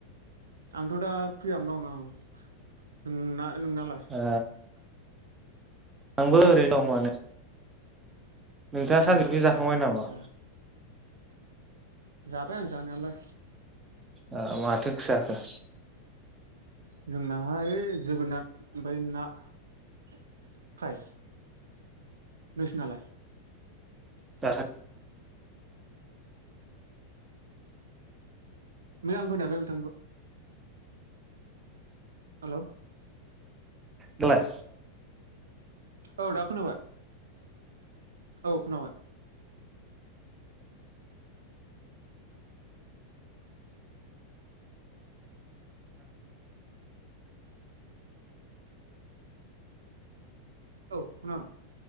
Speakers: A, on the right; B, on the right.
A: आंथ' दा फ्रियावनो दं औ नोंना नोंनालाय
B: आ आंबो ओरैनो दं माने नोंथाङा सानजुफुनि
A: ओ
B: जाखांबाय नामा
A: आदसा जाबाय आं जानायालाय
B: आ माथो ओंख्रि जाखो?
A: जोंना ओय जोगोनाथ ओमफाय ना फ्राय नोसोनालाय
B: दाथा
A: मोजां खोनायाखै बिथांनिखौ हालौ
B: दालाय
A: औ दा खोनाबाय औ खोनाबाय औ खोनां